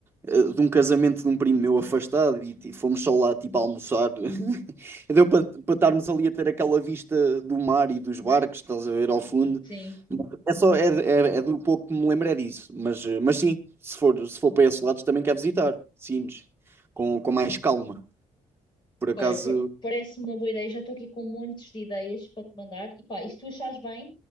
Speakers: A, on the right (about 20°); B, on the left (about 35°).
A: eh, de um casamento de um primo meu afastado e ti- fomos só lá tipo a almoçar. <laughs> Deu para para estarmos ali a ter aquela vista do mar e dos barcos, estás a ver ao fundo.
B: Sim.
A: É só, é, é, é do pouco que me lembro é disso. Mas, eh, mas sim, se for, se for para esses lados também quer visitar. Sines, com, com mais calma. Por acaso.
B: Olha, pa- parece-me uma boa ideia. Já estou aqui com montes de ideias para te mandar. E pá, e se tu achares bem,